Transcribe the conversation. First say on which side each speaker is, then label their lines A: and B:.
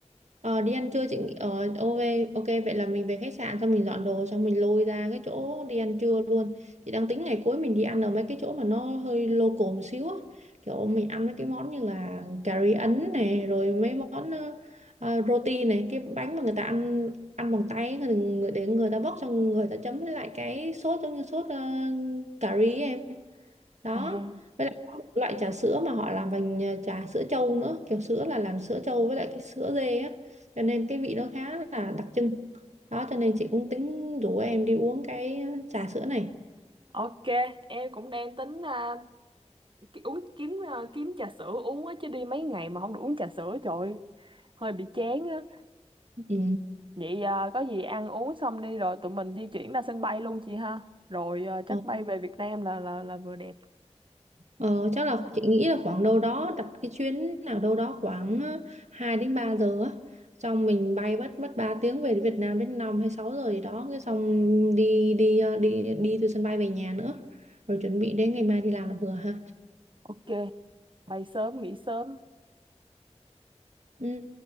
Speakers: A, on the right; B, on the right.
A: Ờ, đi ăn trưa chị nghĩ- ờ, ok ok vậy là mình về khách sạn xong mình dọn đồ xong mình lôi ra cái chỗ đi ăn trưa luôn chị đang tính ngày cuối mình đi ăn ở mấy cái chỗ mà nó hơi local một xíu á kiểu mình ăn mấy cái món như là cà ri Ấn này rồi mấy món ờ, ờ, roti này cái bánh mà người ta ăn ăn bằng tay ấy, người, người để người ta bóc xong người ta chấm với lại cái sốt giống như sốt ờ, cà ri ấy em đó
B: à
A: với lại có một loại trà sữa mà họ làm bằng à, trà sữa trâu nữa kiểu sữa là làm sữa trâu với lại cái sữa dê á cho nên cái vị nó khá là đặc trưng đó cho nên chị cũng tính rủ em đi uống cái ờ, trà sữa này
B: ok em cũng đang tính ờ, ki- uống kiếm ờ, kiếm trà sữa uống á chứ đi mấy ngày mà không được uống trà sữa trời ơi, hơi bị chán á
A: ừ.
B: vậy ờ, có gì ăn uống xong đi rồi tụi mình di chuyển ra sân bay luôn chị ha rồi ờ, chắc
A: ờ,
B: bay về Việt Nam là là là vừa đẹp
A: ờ, chắc là chị nghĩ là khoảng đâu đó đặt cái chuyến nào đâu đó khoảng ờ, 2 đến 3 giờ á xong mình bay mất mất 3 tiếng về Việt Nam đến 5 hay 6 giờ gì đó cái xong đi đi ờ, đi đi từ sân bay về nhà nữa rồi chuẩn bị đến ngày mai đi làm là vừa ha
B: ok bay sớm nghỉ sớm
A: Ừ.